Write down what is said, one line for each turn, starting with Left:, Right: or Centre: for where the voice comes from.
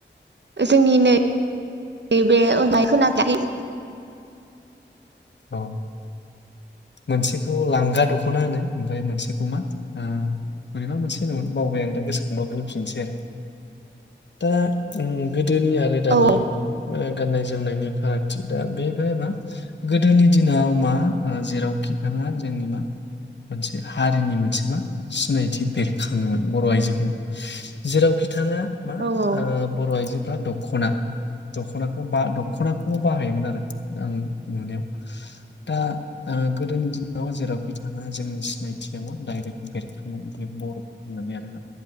Right: जोंनि नै-नैबे <unintelligible>
Left: औ मोनसेखौ लांगा दखना होनो ओमफाय मोनसेखौ मा आ बोरेबा मोनसे होनोमोन बावबाय आं दा गोसोखांबा बुंफिनसै आरो दा ओम गोद दोनि आरो दानि
Right: औ
Left: गान्नाय जोमनायनि फारागथि दा बेनिफ्राय मा गोदोनि दिनाव मा जेरावखि थांङा जोंनि मा मोनसे हारिनि मोनसे मा सिनायथि बेरखांङोमोन बर' आइजोफोरनाव जेरावखि थांङा मा ओ
Right: औ औ
Left: बर'आइजो दा द'खना द'खनाखौ बा द'खनाखौ बाहायोमोन आं नुनायाव दा आ गोदोनि दिनाव जेरावखि थाङा जोंनि सिनायथिया मा डाइरेक्ट बेरखाङो बे बर' होननानै आरोना